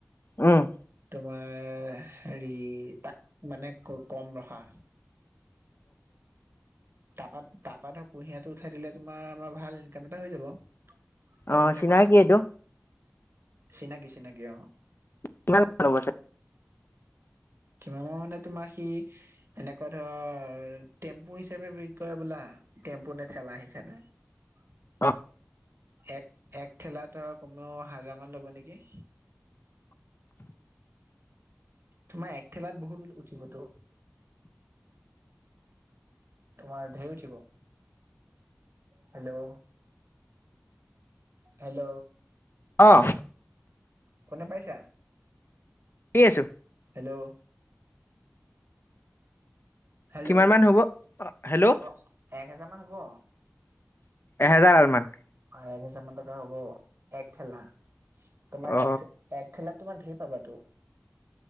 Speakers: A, on the left; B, on the right.
A: উম।
B: তোমাৰ হেৰি তাক মানে কম ৰখা। তা পাত তাপাত ধৰ কুঁহিয়াটো উঠাই দিলে তোমাৰ আমাৰ ভাল ইনকাম এটা হৈ যাব। কমতে
A: অ চিনাকি
B: পাম
A: এইটো
B: চিনাকি চিনাকি অ।
A: কিমান হ'ব।
B: কিম মানে তোমাৰ সি। এনেকুৱা ধৰ টেম্পু হিচাপে বিক কৰে বোলা টেম্পু নে ঠেলা হিচাপে। <unintelligible>
A: অ
B: এক এক ঠেলা তৰ কমেও হাজাৰ মান ল'ব নেকি? তোমাৰ একঠেলাত বহুতল উঠিবতো। তোমাৰ ঢেৰ উঠিব। Hello hello.
A: অঁ।
B: শুনি পাইছা?
A: শুনি আছোঁ।
B: হেল্ল'। হেল্ল'
A: কিমান
B: অ
A: মান হ'ব হেল্ল'
B: এক হেজাৰ মান হ'ব।
A: এহেজাৰ দালমান।
B: অ এক হোজাৰ মান টকা হ'ব এক ঠেলা তোমাৰ
A: অ
B: এক। এক খেলাত তোমাৰ ঢেৰ পাবাতো।